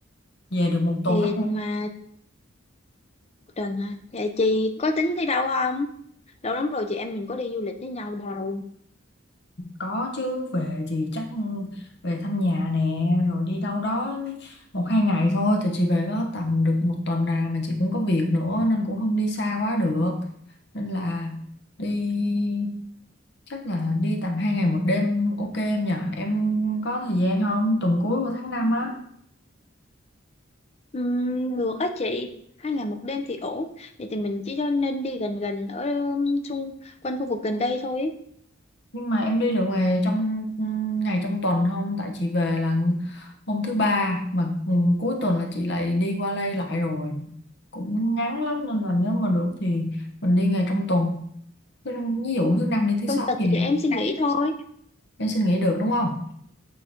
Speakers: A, on the left; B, on the left.
A: về được một
B: Thiệt
A: tuần á
B: mà Trần hả? Vậy chị có tính đi đâu không? Lâu lắm rồi chị em mình có đi du lịch với nhau đâu.
A: có chứ về thì chắc ừ, về thăm nhà nè rồi đi đâu đó một hai ngày thôi thì chị về có tầm được một tuần nào mà chị cũng có việc nữa nên cũng không đi xa quá được nên là đi chắc là đi tầm hai ngày một đêm ok em nhở em có thời gian không tuần cuối của tháng 5 á
B: Ừm, được á chị. Hai ngày một đêm thì ổn. Vậy thì mình chỉ cho nên đi gần gần ở um, xung quanh khu vực gần đây thôi.
A: Nhưng mà em đi được ngày trong ừ, ngày trong tuần không? Tại chị về là hôm thứ ba mà ừ, cuối tuần là chị lại đi qua đây lại rồi. Cũng ngắn lắm nên là nếu mà được thì mình đi ngày trong tuần. Thứ- Ví dụ thứ năm đi thứ
B: Trong
A: sáu
B: tuần
A: gì
B: thì
A: nè,
B: em suy nghĩ thôi.
A: em xin nghỉ được đúng không?